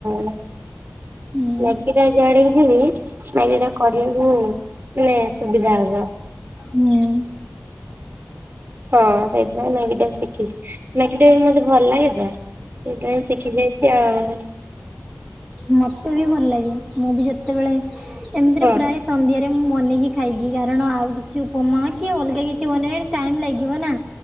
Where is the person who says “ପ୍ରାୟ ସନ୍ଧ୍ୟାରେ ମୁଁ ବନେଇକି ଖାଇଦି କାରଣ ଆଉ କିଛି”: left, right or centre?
Centre